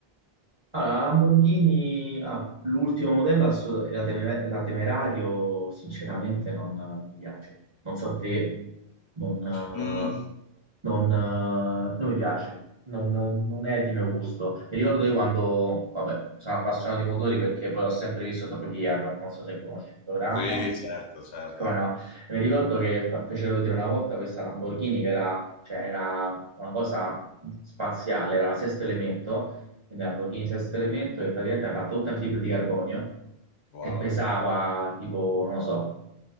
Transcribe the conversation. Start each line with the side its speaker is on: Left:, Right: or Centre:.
Right: Allora, la Lamborghini, ah, l'ultimo modello, assolut- la, Teme- la Temerario, sinceramente non, non mi piace. Non so te, non, eh,
Left: Mm,
Right: non, eh, non mi piace, non, non è di mio gusto. Mi ricordo io quando, vabbè, sono appassionato di motori perché poi l'ho sempre visto Top Gear, non so se conosci il programma.
Left: Sì, certo, certo.
Right: Come no? Mi ricordo che fa- fecero vedere una volta questa Lamborghini che era, cioè, era una cosa spaziale, era la sesto elemento, quindi Lamborghini Sesto Elemento, che praticamente era fatta tutta in fibra di carbonio
Left: Wow.
Right: e pesava tipo, non lo so,